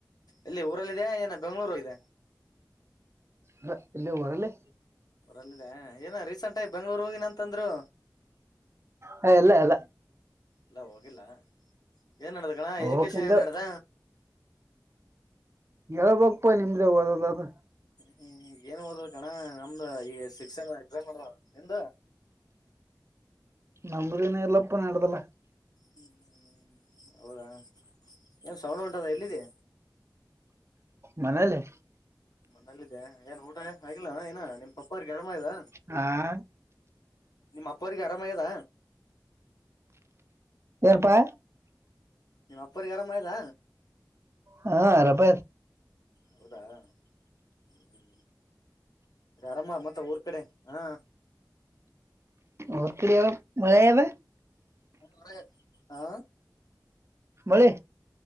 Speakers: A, on the left (about 65°); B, on the right (about 40°).
A: ಎಲ್ಲಿ ಊರಲ್ಲಿದೀಯ ಏನ್ ಬೆಂಗಳೂರು ಹೋಗಿದ.
B: ಅಹ ಇಲ್ಲೇ ವಾರಲ್ಲಿ.
A: ಅಂಗ ಏನ ರೀಸೆಂಟ್ ಆಗಿ ಬೆಂಗ್ಳೂರ್ ಹೋಗಿನ್ ಅಂತಂದ್ರು.
B: ಹ ಇಲ್ಲ ಅಲ್ಲ
A: ಇಲ್ಲ ಹೋಗಿಲ್ಲ ಏನ್ ನಡ್ದ ಗಣ
B: ಹೋಗ್ಬೇಕಂದ
A: ಎಜುಕೇಶನ್ ಏನ್ ನಡ್ದ.
B: ಹೇಳ್ಬೇಕಪ್ಪ ನಿಮ್ದ ಓದಿ <unintelligible>
A: ಹ್ಮ್ ಏನ್ ಹೋದ್ರ ಕಣ ನಮ್ದ್ ಈ ಸಿಕ್ಸ್ತ್ ಸೆಮ್ ಎಕ್ಸಾಮ್ ನಡ್ದಾವ್ ನಿಮ್ದು.
B: ನಮ್ದಿನ್ನು ಇಲ್ಲಪ್ಪ ನಡ್ದಿಲ್ಲ.
A: ಹ್ಮ್ ಹ್ಮ್ ಹೌದಾ ಏನ್ ಸೌಂಡ ಉಂಟದ ಎಲ್ಲಿದಿ.
B: ಮನೆಲಿ
A: ಮನೆಲ್ಲಿದ್ದ ಏನ್ ಊಟ ಆಗಿಲ್ಲ ಏನ್ ನಿಮ್ ಪಪ್ಪ ಅವ್ರಿಗೆ ಅರಮಾಗ್ಯದ.
B: ಹಾ
A: ನಿಮ್ಮ ಅಪ್ಪ ಅವ್ರಿಗೆ ಆರಾಮಾಗ್ಯದ.
B: ಏನ್ ಪಾ
A: ನಿಮ್ಮ್ ಅಪ್ಪೋರಿಗ್ ಆರಾಮ್ ಆಗ್ಯದ.
B: ಹಾ ಅರಬ
A: ಹೌದಾ ಹ್ಮ ಅರಮ್ಮ ಮತ್ತೆ ಊರ್ ಕಡೆ ಹಾ
B: ಊರ್ ಕಡಿಯ ಮಳೆ ಅಂದ್ರೆ
A: ಹ್ಮ್ ಹೊರೆ ಹಾ
B: ಮಳಿ